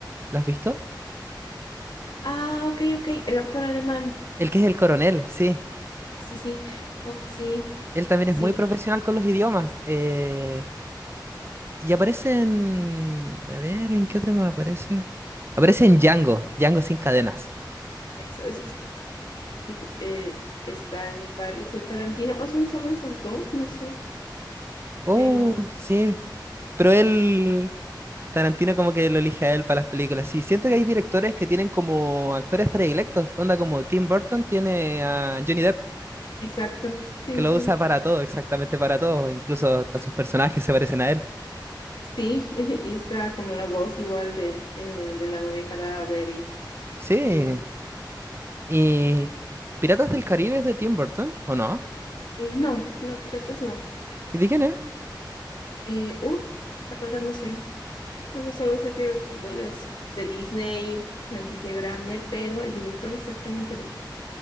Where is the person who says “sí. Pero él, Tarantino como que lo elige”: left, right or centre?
Right